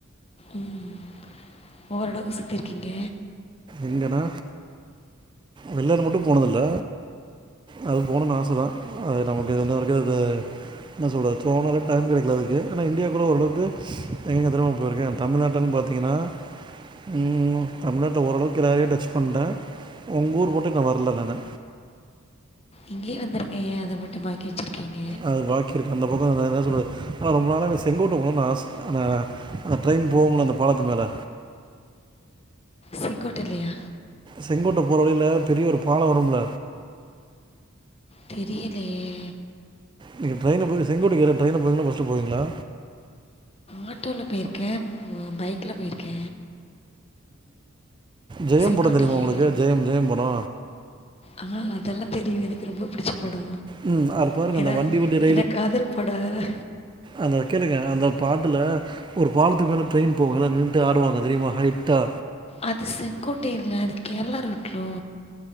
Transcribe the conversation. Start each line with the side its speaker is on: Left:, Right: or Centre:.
Left: ம் ஓரளவுக்கு சுத்திருக்கீங்க
Right: எங்கன்னா வெளிநாடு மட்டு போனதில்ல அது போணுன் ஆச தா அது நமக்கு இருந்து வரைக்கு அது என்ன சொல்து தோணலா டைம் கிடைக்கல அதுக்கு ஆனா இந்தியாக்குள்ள ஓளவுக்கு எங்க எங்க தெரிமா போயிருக்கே தமிழ்நாட்டன் பாத்திங்கன்னா ம் தமிழ்நாட்ல ஓரளவுக்கு எல்லாரையு டச் பண்ட்டே உங்க ஊர் மட்டு இன்னு வர்ல நானு
Left: இங்கேயே வந்துருங்க ஏ அத மட்டு பாக்கி வெச்சிருக்கீங்க
Right: அது பாக்கி இருக்கு அந்த பக்கோ என்ன என்ன சொல்றது ரொம்ப நாளாவே செங்கோட்ட போனுன் ஆச அனா அந்த ட்ரெயின் போம்ல அந்த பாலத்து மேல
Left: செங்கோட்டைலயா
Right: செங்கோட்ட போற வழில பெரிய ஒரு பாலம் வரும்ல
Left: தெரியலயே
Right: நீங்க ட்ரெயின்ல போயி செங்கோட்டைக்கு எதுல ட்ரெயின்ல போவீங்களா பஸ்ல போவீங்களா
Left: ஆட்டோல போயிருக்க பைக்ல போயிருக்க
Right: ஜெயம்
Left: செங்கோட்டைக்கு
Right: படோ தெரியுமா உங்களுக்கு ஜெயம் ஜெயம் படொ
Left: ஆ அதெல்லா தெரியு எனக் ரொம்ப புடிச்ச படொ
Right: ம். அது பாருங்க
Left: ஏன்னா
Right: அந்த வண்டி வண்டி
Left: ஏன்னா காதல் படொ அதா
Right: அத கேளுங்க அந்த பாட்டுல ஒரு பாலத்து மேல ட்ரெயின் போகுல்ல நின்ட்டு ஆடுவாங்க தெரியுமா ஹைட்டா
Left: அது செங்கோட்டை இல்ல அது கேரளா ரூட்லோ